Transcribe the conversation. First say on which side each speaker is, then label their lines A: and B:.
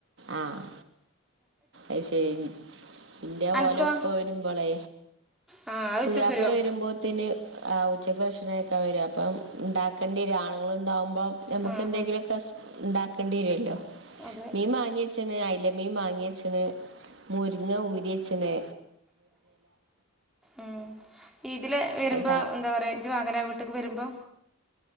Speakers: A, on the right; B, in the centre.
A: ആഹ് അയ്ശരി ഇന്റെ
B: അനക്കോ
A: ഓലെ ഇപ്പ വരുമ്പോളെ
B: ആ അത്
A: പുതിയാപ്പ്ള
B: ഉച്ചക്ക് വരുമോ
A: വരുമ്പോത്തിന് ആഹ് ഉച്ചക്ക് ഭക്ഷണം കയിക്കാൻ വരും അപ്പം ഇണ്ടാക്കേണ്ടിരും ആണുങ്ങള് ണ്ടാവുമ്പോം ഞമ്മക്ക്
B: ആ
A: എന്തെങ്കിലൊക്കെ
B: ആ,
A: ഇണ്ടാക്കേണ്ടിരല്ലോ
B: അതെ
A: മീൻ വാങ്ങി വങ്ങിച്ചണ് അയ്ലമീൻ മാങ്ങിച്ചണ് മുരിങ്ങ ഊരിച്ചണ്
B: ഉം ഇതില് വരുമ്പോ
A: അതാ
B: എന്താ പറയാ ജ്ജ് വാങ്ങലവീട്ട്ക്ക് വരുമ്പോ